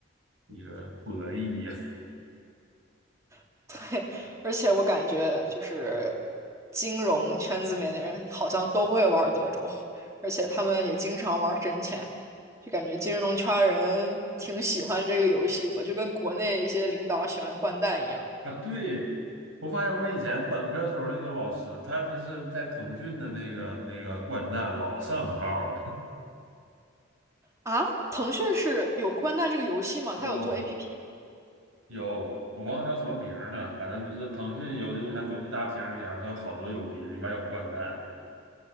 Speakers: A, on the right; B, on the right.
A: 一个博弈呀。
B: <laughs> 对，而且我感觉就是金融圈子里面的人好像都会玩德州，而且他们也经常玩真钱，就感觉金融圈人挺喜欢这个游戏的吧，就跟国内一些领导喜欢掼蛋一样。
A: <laughs> 啊，对，我发现我以前本科时候那个老师，他就是在腾讯的那个那个掼蛋老上号儿，
B: 啊，腾讯是有掼蛋这个游戏吗？
A: <laughs>
B: 它有做
A: 有
B: APP
A: 有，我忘了叫什么名儿了，反正就是腾讯有那种像游戏大厅一样，它有好多游戏，里面有掼蛋，